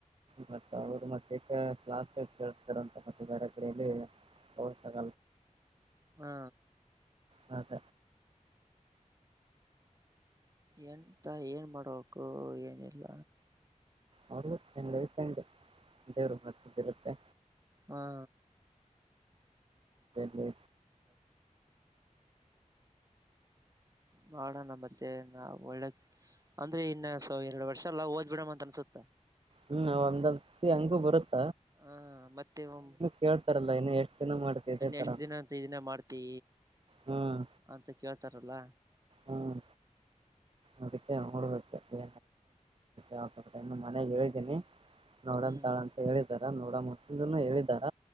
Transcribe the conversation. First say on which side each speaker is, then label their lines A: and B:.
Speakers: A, on the right (about 45°); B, on the right (about 25°).
A: ಮತ್ತ ಅವರು ಮತ್ತೆ ಕ್ಲಾಸ್ ಕಳ್ತಾರಂತ ಮತ್ತೆ ಬೇರೆ ಕಡೆಯಲ್ಲಿ ಹೌ ಸಕ
B: ಹಾ
A: ಹೌದ
B: ಎಂತ ಏನ್ ಮಾಡಬೇಕು ಏನಿಲ್ಲ
A: ಅವರು ಚಂಗ ತಂಡು ದೇವರು ಮತಿದ್ದಿರುತ್ತೆ
B: ಹಾ ಹಾ
A: ನಿ
B: ಮಾಡೋಣ ಮತ್ತೆ ನಾ ಒಳ್ಳಕ್ ಅಂದ್ರೆ ಇನ್ನ ಸ ಎರಡು ವರ್ಷ ಅಲ್ಲಾ ಓದ್ಬ ಬಿಡಮ ಅಂತ ಅನ್ಸುತ್ತ
A: ಹ್ಮ್ ಒಂದ್ತ್ತ ಹಂಗು ಬರುತ್ತ
B: ಹಾ ಮತ್ತೆನ್
A: ಕೇಳ್ತಾರಲ್ಲ ಇನ್ನು ಎಷ್ಟ್ ದಿನ ಮಾಡ್ತಿ ಇದೇ ತರ
B: ಎಷ್ಟ ದಿನ ಅಂತ ಇದನ್ನ ಮಾಡ್ತಿ
A: ಹ್ಮ್
B: ಅಂತ ಕೇಳ್ತಾರಲ್ಲ
A: ಹ್ಮ್ ಅ ನೋಡ್ ಏನ್ಗುತ್ತೆ ನೋಡ್ ಇನ್ನು ಮನೆಗ್ ಹೇಳಿದ್ದೀನಿ ನೋಡಂತಾಳ
B: ಹ್ಮ್
A: ಅಂತ ಹೇಳಿದಾರ ನೋಡ ಮುನು ಹೇಳಿದಾರ